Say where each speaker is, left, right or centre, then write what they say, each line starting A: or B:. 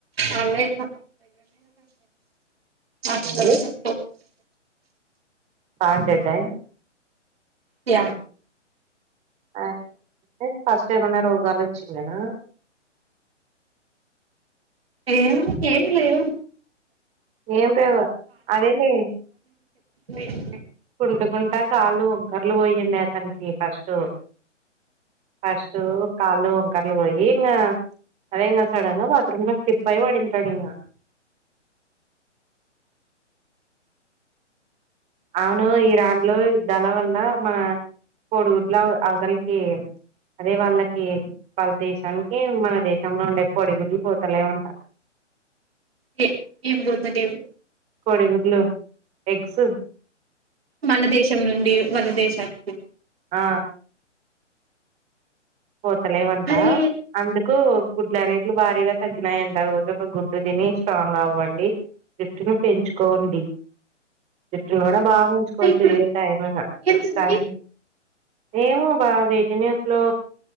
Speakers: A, on the right (about 55°); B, on the right (about 20°).
A: అన్ని అసలు
B: ఏంది కార్డెడ్యి
A: థ్యా
B: ఆ మ ఫస్ట్ టైం అన్నా రోగాలు వచ్చింనా
A: ఏం ఏం లేవు
B: ఏం పవు అధెలె
A: మీమ్
B: అంతుకుంట కాళ్ళు వంకరలు పోయిడి అతనికి ఫస్ట్ ఫస్ట్ కాళ్ళు వంకరలు పోయి ఇ అదే ఇం సడన్ బాత్రూమ్ లో స్కిప్ అయి పడింటాడు ఇ అవును ఇరాన్ లో ఇద్దాల వల్ల మన కోడిగుడ్లు అవతలకి అదే వాళ్ళకి వాళ్ళ దేశానికి మన దేశంలో ఉండే కోడిగుడ్లు పోతలే ఉంట
A: ఏ ఏం పోతలేవు
B: కోడ గులో ఎగ్జ
A: మన దేశం నుండి మలా దేశానికి
B: ఆ పోతలేవంట
A: అరే
B: అందుకు గుడ్ల రేట్లు భారీగా తగ్గినాయంటడి రోజు ఒక గుడ్డు తిని స్ట్రాంగ్ అవ్వండి జిఫ్ట్ను పెంచుకోండి జిఫ్ట్ను కూడా బాగాంచుకోవచ్చు
A: ఇప్పుడు
B: ఏ టైమ్
A: ఎంతుంది
B: ఇట్స్ టై ఏమో బా వేటినే అసలు